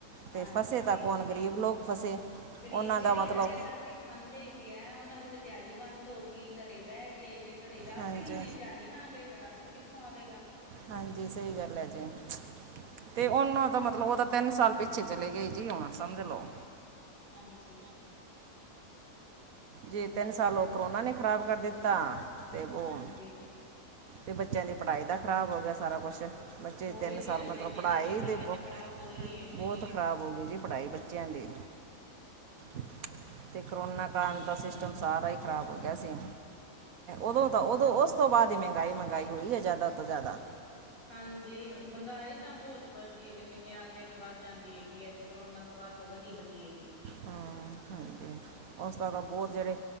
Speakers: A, on the left (about 70°); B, on the right (about 70°).
A: ਹਾਂਜੀ।
B: ਤੇ ਫਸੇ ਤਾਂ ਕੌਣ ਗਰੀਬ ਲੋਕ ਫਸੇ,
A: ਗ਼ਰੀਬ
B: ਉਹਨਾਂ
A: ਜਿਹੜੇ
B: ਦਾ ਮਤਲਬ
A: ਦਿਹਾੜੀ ਕਰਕੇ ਖਾਂਦੇ ਹੇਗੇ ਆ ਉਹਨਾਂ ਦੀ ਤੇ ਦਿਹਾੜੀ ਬੰਦ ਹੋ ਗਈ ਘਰੇ ਬਹਿਕੇ, ਜੇ ਘਰੇ ਰਾਸ਼ਨ
B: ਹਾਂਜੀ
A: ਇੰਨੇ ਦਿਹਾੜ ਨਾ ਗਏ ਤੇ, ਰਾਸ਼ਨ ਕਿੱਥੋਂ ਆਵੇਗਾ।
B: ਹਾਂਜੀ, ਸਹੀ ਗੱਲ ਐ ਜੀ,
A: ਹਾਂਜੀ
B: ਤੇ ਉਹਨਾਂ ਦਾ, ਮਤਲਬ ਉਹਦਾ ਤਿੰਨ ਸਾਲ ਪਿੱਛੇ ਚਲੇ ਗਏ ਜੀ, ਹੁਣ ਸਮਝ ਲਓ।
A: ਹਾਂਜੀ‌।
B: ਜੇ ਤਿੰਨ ਸਾਲ ਓ ਕੋਰੋਨਾ ਨੇ ਖ਼ਰਾਬ ਕਰ ਦਿੱਤਾ, ਅਤੇ ਉਹ
A: ਹਾਂਜੀ
B: ਤੇ ਬੱਚਿਆਂ ਦੀ ਪੜ੍ਹਾਈ ਦਾ ਖ਼ਰਾਬ ਹੋ ਗਿਆ, ਸਾਰਾ ਕੁਛ। ਬੱਚੇ
A: ਹੋ
B: ਤਿੰਨ
A: ਹੀ
B: ਸਾਲ
A: ਗਿਆ
B: ਮਤਲਬ
A: ਜੀ ਬੱਚਿਆਂ
B: ਪੜ੍ਹਾਈ
A: ਦੀ
B: ਦੇਖੋ,
A: ਤਾਂ
B: ਬਹੁ
A: ਖ਼ਰਾਬ ਹੋਈ ਹੈ।
B: ਬਹੁਤ ਖਰਾਬ ਹੋ ਗਈ ਜੀ ਪੜ੍ਹਾਈ ਬੱਚਿਆਂ ਦੀ‌।
A: <inaudible>
B: ਅਤੇ, ਕੋਰੋਨਾ ਕਾਰਨ ਤਾ ਸਿਸਟਮ ਸਾਰਾ ਹੀ ਖ਼ਰਾਬ ਹੋ ਗਿਆ ਸੀ। ਉਦੋਂ
A: ਹਾਂਜੀ।
B: ਤਾਂ, ਉਦੋਂ ਉਸ ਤੋਂ ਬਾਅਦ ਹੀ ਮਹਿੰਗਾਈ-ਮਹਿੰਗਾਈ ਹੋਈ ਹੈ, ਜ਼ਿਆਦਾ ਤੋਂ ਜ਼ਿਆਦਾ‌।
A: ਹਾਂਜੀ, ਮਹਿੰਗਾਈ ਤਾਂ ਬਹੁਤ ਬ ਧੀ ਤਿੰਨ ਮਹੀਨਿਆਂ ਵਾਲੇ ਦਿਨ ਵੱਧ ਜਾਂਦੀ ਹੈਗੀ ਹੈ, ਤੇ ਕੋਰੋਨਾ ਤੋਂ ਬਾਅਦ' ਚ ਵਧੀ-ਵਧੀ ਹੈਗੀ।
B: ਹੂੰ, ਹਾਂਜੀ ਉਸਦਾ ਤਾਂ ਬਹੁਤ ਜਿਹੜੇ